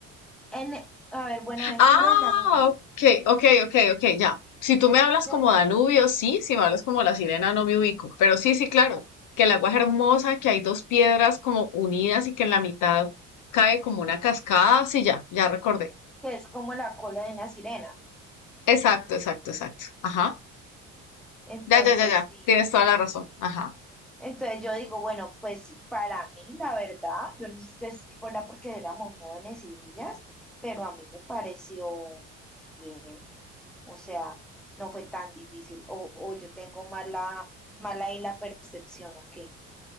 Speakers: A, in the centre; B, on the left.
A: en, e- a ver, Buenaventura
B: Ah,
A: el Danubio,
B: ok, ok, ok, ok, ya. Si tú me hablas
A: del,
B: como Danubio, sí, si me hablas como la sirena, no me ubico. Pero sí, sí, claro, que el agua es hermosa, que hay dos piedras como unidas y que en la mitad cae como una cascada, sí, ya, ya recordé.
A: que es como la cola de una sirena.
B: Exacto, exacto, exacto. Ajá.
A: Entonces,
B: Ya, ya, ya, ya.
A: sí.
B: Tienes toda la razón. Ajá.
A: Entonces yo digo, bueno, pues sí, para mí la verdad, yo no sé que es- fuera porque éramos jóvenes y villas, pero a mí me pareció bien, o sea, no fue tan difícil, o, o yo tengo mala, mala ahí la percepción, ok,